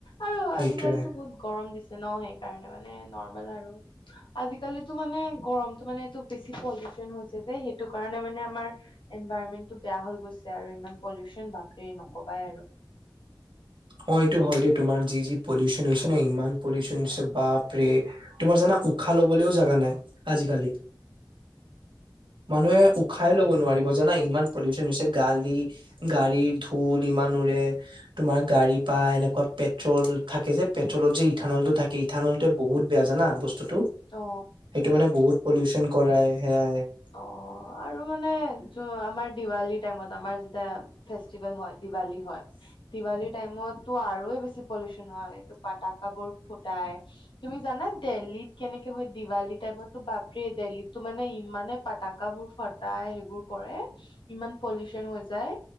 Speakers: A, on the left; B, on the right.
A: আৰু
B: সেইটোয়ে
A: আজিকালি বহুত গৰম দিছে ন সেইকাৰণে মানে ন ৰ্মেল আৰু আজি কালিটো মানে গৰমটো মানে টো বেছি পলিওচন হৈছে যে সেইটো কাৰণে মানে আমাৰ এনভাইৰনমেন্টটো বেয়া হৈ গৈছে আৰু ইমান পলিউচন বাপৰে নকবাই আৰু।
B: অঁ এইটো হয় দেই তোমাৰ যি যি পলিউচন হৈছে কিন্তু ইমান পলিউশ্যন হৈছে বাপ ৰে তোমাৰ জানা। উশাহ লবলৈও জাগা নাই আজিকালি মানুহে উ উশাই ল'ব নোৱাৰিব জানা ইমান পলিউশ্যন হৈছে গাড়ী গাড়ীৰ ধূল ইমান উৰে তোমাৰ। গাড়ী পাই এনেকুৱা পেট্ৰল থাকে যে পেট্ৰলতৰ যে ইথানলটো থাকে ইথানলটো বহুত বেয়া জানা বস্তু। বস্তুটো
A: অ
B: সেইটো মানে বহুত পলিউশ্যন কৰাই সেয়াই।
A: অহ আৰু মানে য আমাৰ দিৱালি টাইমত আমাৰ যেতিয়া ফেষ্টিভেল হয় দিৱালী হয় দিৱালী টাইমতো আৰু বেছি। পলিউশ্যন হয় এইটো পাতাকাবোৰ ফুটাই তুমি জানা। দেল্লীত কেনেকে হয় দিৱালী টাইমতো বাপ ৰে দেলি। তো মানে ইমানে পাতাক বোৰ ফটাই সেইবোৰ কৰে ইমান পলিউশ্যন হৈ যায়।